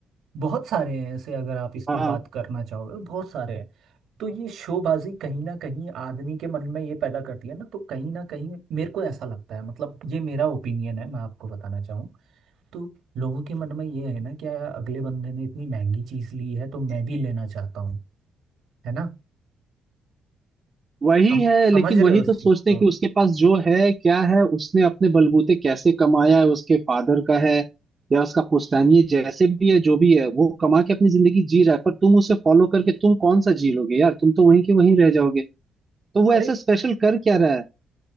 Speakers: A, on the right (about 75°); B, on the right (about 30°).
A: बहुत सारे हैं ऐसे अगर आप इस पे
B: हाँ
A: बात करना चाहोगे बहुत सारे हैं तो ये शोबाजी कहीं ना कहीं आदमी के मन में ये पैदा करती है ना तो कहीं ना कहीं मेरे को ऐसा लगता है मतलब ये मेरा ओपिनियन है मैं आपको बताना चाहूँ तो लोगों के मन में ये है ना कि यार अगले बंदे ने इतनी महंगी चीज ली है तो मैं भी लेना चाहता हूँ है ना
B: वही
A: सम,
B: है
A: समझ
B: लेकिन
A: रहे
B: वही
A: हो उस
B: तो सोचते
A: चीज को
B: हैं कि उसके पास जो है क्या है उसने अपने बलबूते कैसे कमाया है उसके फादर का है या उसका पुश्तैनी है जैसे भी है जो भी है वो कमा के अपनी जिंदगी जी रहा है पर तुम उसे फॉलो करके तुम कौन सा जी लोगे यार तुम तो वहीं के वहीं रह जाओगे तो वो
A: अरे
B: ऐसा स्पेशल कर क्या रहा है